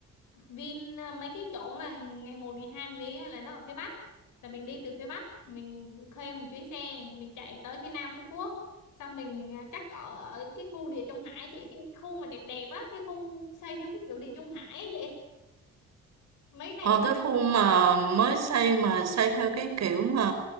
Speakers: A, on the left; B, on the right.
A: Vin à, mấy cái chỗ mà ngày một ngày 2 mình đi á, là nó ở phía Bắc là mình đi từ phía Bắc mình thuê một chuyến xe mình chạy tới phía Nam Phú Quốc xong mình à, chắc ở ở cái khu Địa Trung Hải chị cái khu mà đẹp đẹp á cái khu xây theo cái kiểu Địa Trung Hải á vậy mấy này
B: ờ cái khu mà mới xây mà xây theo cái kiểu mà